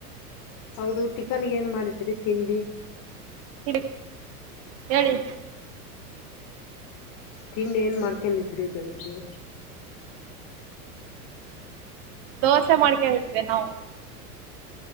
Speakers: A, on the left; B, on the right.
A: ಹೌದು ಟಿಫನ್ಗೆ ಏನ್ ಮಾಡಿದ್ರಿ ತಿಂಡಿ
B: ಹಡ ಹೇಳಿ
A: ತಿಂಡಿ ಏನ್ ಮಾಡ್ಕೊಂಡಿದ್ರಿ ಬೆಳಿಗ್ಗೆ
B: ದೋಸೆ ಮಾಡ್ಕಿದ್ವಿ ನಾವು